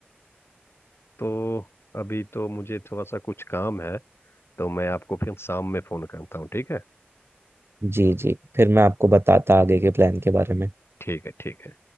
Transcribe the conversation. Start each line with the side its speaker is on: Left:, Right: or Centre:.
Left: तो अभी तो मुझे थोड़ा सा कुछ काम है तो मैं आपको फिर शाम में फोन करता हूँ ठीक है
Right: जी जी फिर मैं आपको बताता आगे के प्लान के बारे में
Left: ठीक है ठीक है